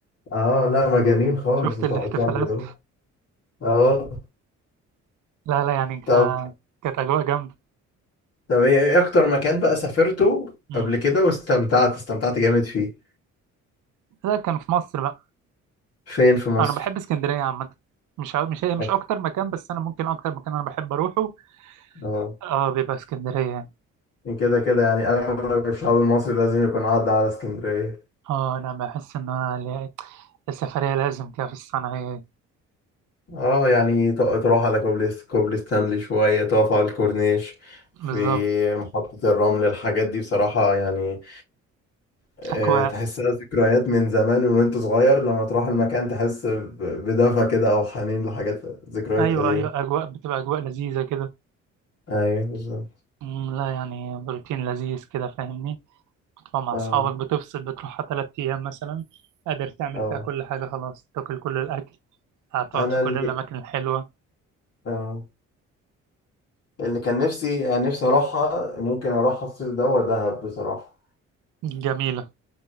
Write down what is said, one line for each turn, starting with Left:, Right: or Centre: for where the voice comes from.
Left: اه لا مجانين خالص
Right: <laughs> شفت
Left: بتوع
Right: الاحتفالات؟
Left: ايطاليا دول اه
Right: لا لا يعني ك...
Left: طب
Right: كانت أجواء جامدة
Left: طب إيه إيه أكتر مكان بقى سافرته
Right: مم.
Left: قبل كده واستمتعت استمتعت جامد فيه
Right: لا كان في مصر بقى
Left: فين في مصر؟
Right: أنا بحب اسكندرية عامة مش ع- مش هي مش
Left: أيوة.
Right: أكتر مكان بس أنا ممكن أكتر مكان أنا بحب أروحه
Left: اه
Right: آه بيبقى اسكندرية يعني.
Left: كده كده يعني أغلب الشعب المصري لازم يكون عدى على اسكندرية
Right: اه انا بحس ان انا ل- السفرية لازم كده في الصنعة هي دي.
Left: اه يعني ت- تروح على كوبلس كوبلس ستانلي شوية تقف على الكورنيش في
Right: بالظبط
Left: محطة الرمل الحاجات دي بصراحة يعني آه،
Right: اجواء
Left: تحسها ذكريات من زمان وانت صغير لما تروح المكان تحس ب- بدفى كده او حنين لحاجات ذكريات
Right: ايوه
Left: قديمة
Right: ايوه اجواء بتبقى اجواء لذيذة كده
Left: ايوه بالظبط
Right: أمم، لا يعني روتين لذيذ كده فاهمني بتبقى مع
Left: اه
Right: اصحابك بتفصل بتروحها تلات ايام مثلا قادر تعمل
Left: اه
Right: فيها كل حاجة خلاص تاكل كل الاكل هتقعد
Left: انا
Right: في
Left: اللي
Right: كل الاماكن الحلوة
Left: اه اللي كان نفسي يعني نفسي اروحها ممكن اروحها الصيف ده دهب بصراحة
Right: جميلة